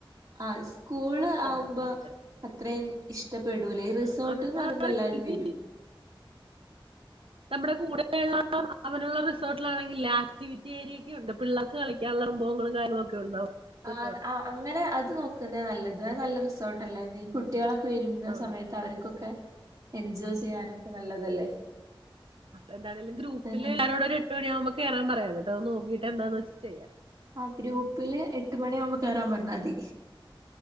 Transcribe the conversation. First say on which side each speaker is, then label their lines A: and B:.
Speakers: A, on the right (about 40°); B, on the right (about 85°).
A: ആഹുസ് സ്കൂള്
B: ഇഷ്ടപ്പെടും
A: ആവുമ്പോ
B: അതായത്.
A: അത്രയും ഇഷ്ടപ്പെടൂല്ലെ ഈ റിസോർട്ട്
B: ആ, അവിടെ
A: എന്ന് പറയുമ്പോ എല്ലാവരും
B: ഇത്
A: വരും
B: നമ്മുടെ കൂടന്നൂരുള്ള അങ്ങനുള്ള റിസോർട്ടിലാണെങ്കിൽ ആക്ടിവിറ്റി ഏരിയൊക്കെ ഉണ്ട് പിള്ളാർക്ക് കളിക്കാൻ സംഭവങ്ങളും കാര്യങ്ങളും ഒക്കെ ഉണ്ടാവും റിസോർട്ട്
A: ആ ആ അങ്ങനെ അത് നോക്കുന്നേ നല്ലത് അത് നല്ല റിസോർട്ട് അല്ലേന്ന് ഈ കുട്ടി കുട്ടികളൊക്കെ വരുന്ന
B: ആ
A: സമയത്ത് അവര്ക്കൊക്കെ എൻജോയ് ചെയ്യാനൊക്കെ നല്ലതല്ലേ
B: അപ്പ എന്തണേലും ഗ്രൂപ്പില്
A: അതന്നെ
B: ല്ലാരോട് ഒരു എട്ട് മണിയാകുമ്പോ കേറാൻ പറയ എന്നിട്ട് അത് നോക്കിട്ട് എന്താന്ന് വെച്ചാ ചെയ്യാം
A: ആ ഗ്രൂപ്പില് എട്ട് മണിയാകുമ്പോ കേറാൻ പറഞ്ഞാതി